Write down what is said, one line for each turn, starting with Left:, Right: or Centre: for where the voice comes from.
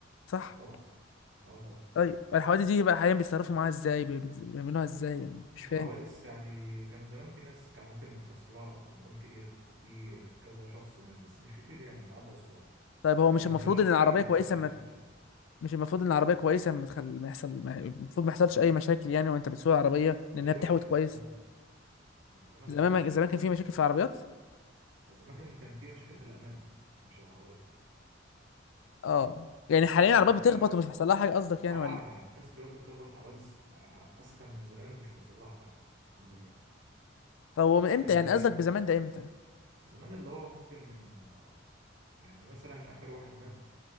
Left: صح
Right: طبعا اه طبعا
Left: طيب الحوادث دي بقى حاليا بيتصرفوا معاها ازاي بي- بي- بيعملوها ازاي يعني
Right: الحوادث
Left: مش فاهم
Right: يعني كان زمان في ناس كان ممكن تصلها أضرار كبيرة وفي كذا شخص مات بس مش كتير يعني اتعدى الصعوبة
Left: طيب هو
Right: لكن
Left: مش المفروض
Right: دلوقتي
Left: ان العربيه
Right: الموضوع
Left: كويسه
Right: بقى
Left: ما
Right: آمن شوية
Left: مش المفروض ان العربيه كويسه ما تخل... ما يحصل ما... المفروض ما يحصلش اي مشاكل يعني وانت بتسوق العربيه
Right: ده
Left: لانها
Right: دلوقتي
Left: بتحوط كويس
Right: زمان لا لا زمان
Left: زمان
Right: لا ما
Left: ما...
Right: كانش
Left: زمان
Right: كده
Left: كان في مشاكل في العربيات
Right: زمان كان كان في مشاكل في الأمان مش العربية
Left: اه يعني حاليا
Right: يعني
Left: العربية
Right: ما كانش
Left: بتخبط ومش بيحصل لها حاجة قصدك يعني
Right: اه
Left: ولا
Right: عادي
Left: ايه؟
Right: عادي الناس دلوقتي بتربط حوادث آه، اسخن من زمان ومش بيحصل لها حاجه الحمد لله
Left: طب هو من
Right: كمان
Left: امتى يعني
Right: ايه
Left: قصدك بزمان ده امتى؟
Right: زمان اللي هو ممكن من آه، يعني مثلا اخر واحد مات